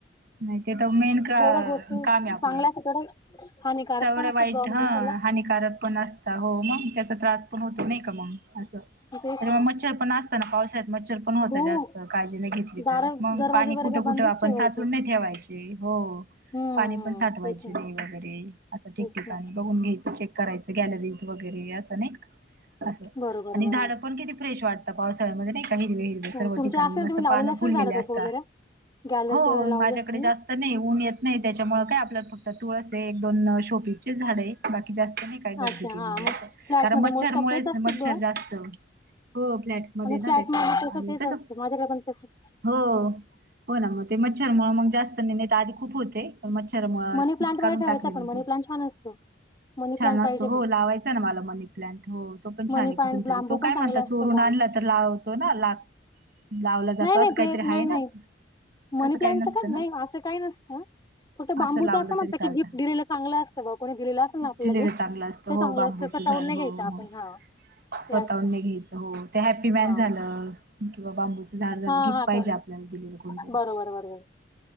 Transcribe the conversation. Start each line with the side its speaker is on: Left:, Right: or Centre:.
Right: नाही तर मे काम
Left: जेवढ्या गोष्टी
Right: आहे आपलं
Left: चांगल्या असतात तेवढ्या हानिकारक
Right: सवढ
Left: पण असतात
Right: वाईट
Left: बुवा
Right: ह
Left: माणसाला
Right: हानिकारक पण असत हो मग त्याचा त्रास होतं नाही का मग
Left: तेच
Right: तर
Left: ना
Right: मग मच्छर पण असतं ना पावसाळयात मच्छर. पण होत
Left: खूप
Right: जास्त काळजी नाही घेतली
Left: दार
Right: तर मग
Left: दरवाजे
Right: पाणी
Left: वगैरे
Right: कुठं कुठं
Left: बंदच
Right: आपण
Left: ठेवायचे.
Right: साचून नाही ठेवायचे हो.
Left: हम्म
Right: पाणी
Left: हम्म.
Right: पण साठवायचे
Left: तेच ना
Right: ते वगैरे असं ठिकठिकाणी
Left: तेच ना
Right: बघून घ्यायचं चेक करायचं गॅलरीज वगैरे असं नाहीका. असं
Left: बरोबर
Right: आणि
Left: बरोबर
Right: झाडं पण किती फ्रेश वाटतात पावसाळ्यामध्ये नाही का हिरवे हिरवी. सर्व
Left: हम्म, तुमचे
Right: ठिकाणी
Left: असेल
Right: मस्त
Left: ना तुम्ही लावलेले
Right: पान
Left: असेल
Right: फुललेले
Left: ना झाडं रोप
Right: असत
Left: वगैरे गॅलरीत
Right: हो
Left: वगैरे लावली
Right: माझ्याकडे
Left: असतील ना
Right: जास तर नाही ऊन येत नाही त्याच्यामु काय आपल्याला फक्त तुळस आहे एक दोन शोपीचे झाड आहे. बाकी जास्त नाही काय गर्दी
Left: अच्छा
Right: केलेली
Left: हा मग
Right: अस
Left: फ्लॅटमध्ये
Right: कारण मच्छरमुळेच
Left: मोस्ट ऑफ तेच असतात
Right: मच्छर
Left: बुवा
Right: जास्त हो फ्लॅट्समध्ये
Left: आणि
Right: ना
Left: फ्लॅटमध्ये
Right: त्याच्यामु
Left: तसं
Right: आणि
Left: तेच
Right: कसं
Left: असतं माझ्याकडे पण तसंच
Right: हो हो ना मग ते मच्छरमु मग जास्त नेमेत आधी खूप होते. पण मच्छर
Left: मनी प्लांट वगैरे
Right: काढून
Left: ठेवायचा
Right: टाकले म
Left: पण मनी
Right: ते
Left: प्लांट छान असतो मनी
Right: छान
Left: प्लांट
Right: असत
Left: पाहिजे
Right: हो
Left: पण
Right: लावायच मला मनी प्लांट हो तो पण
Left: मनी
Right: छान आहे कुठून
Left: प्लांट बांबू
Right: तरी तो काय
Left: पण चांगला
Right: म्हणता चोरून
Left: असतो बांबू
Right: आणला तर लाव होतो ना ला लावला जातो
Left: नाही नाही
Right: असं काहीतरी
Left: ते नाही
Right: आहे ना.
Left: नाही मनी
Right: तसं काही
Left: प्लांटचं
Right: नसतं
Left: का नाही
Right: ना
Left: असं काही नसतं. फक्त बांबूचा
Right: असं लावलं
Left: असा म्हत
Right: तरी चालतं
Left: की गिफ्ट दिलेलं चांगलं असतं बा कोणी दिलेलं असे ना आपला
Right: दिलेलं
Left: गिफ्ट
Right: चांगलं असतं
Left: ते
Right: हो
Left: चांगलं
Right: बांबूचं
Left: असतं स्वतःहून
Right: झाड
Left: नाही
Right: हो
Left: घ्यायचं आपण
Right: हो
Left: हा.
Right: स्वतःहून
Left: ते असतं
Right: नाही घ्यायचं हो ते हॅपी मॅन
Left: हा
Right: झालं किंवा बांबूचं झाड झाणू
Left: हा
Right: घीप
Left: हा
Right: पाहिजे
Left: बरोबर
Right: आपल्याला दिलं कोणतरी.
Left: बरोबर बरोबर